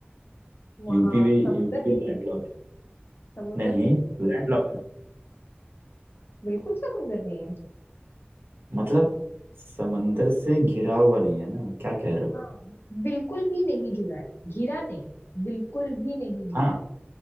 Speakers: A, on the left (about 65°); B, on the right (about 70°).
A: वहां
B: यूपी भी
A: समुंदर
B: यूपी
A: नहीं
B: भी लैंडलॉक
A: है
B: है
A: समुंदर
B: नहीं
A: नहीं है
B: लैंडलॉक है
A: बिल्कुल समुंदर नहीं है
B: मतलब समंदर से घिरा हुआ नहीं है ना क्या कह रहे हो
A: हाँ बिल्कुल भी नहीं जुड़ा है घिरा नहीं बिल्कुल भी नहीं जुड़ा
B: हाँ
A: है